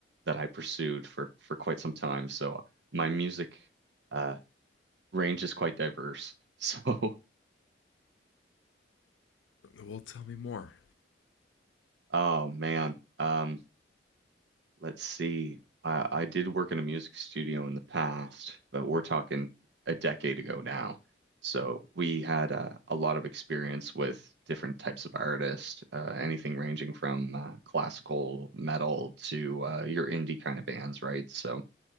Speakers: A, on the right; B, on the left.
A: that I pursued for for quite some time. So my music uh, range is quite diverse. <laughs> So,
B: Well, tell me more.
A: oh man. Um, Let's see. I, I did work in a music studio in the past, but we're talking a decade ago now. So we had uh, a lot of experience with different types of artists, uh, anything ranging from uh, classical metal to uh, your indie kind of bands, right? So